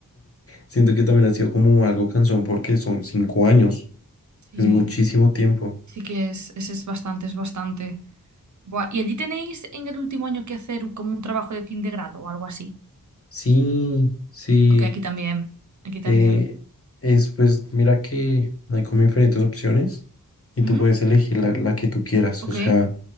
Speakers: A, on the left; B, on the right.
A: siento que también ha sido como algo cansón porque son cinco años,
B: Sí,
A: es muchísimo tiempo.
B: sí que es, es, es bastante, es bastante. Buah, ¿y allí tenéis en el último año que hacer un- como un trabajo de fin de grado o algo así?
A: Sí, sí,
B: Ok, aquí también. Aquí
A: eh,
B: también.
A: es pues, mira que hay como diferentes opciones y tú
B: Ujú,
A: puedes elegir la, la que tú quieras,
B: Ok,
A: o sea,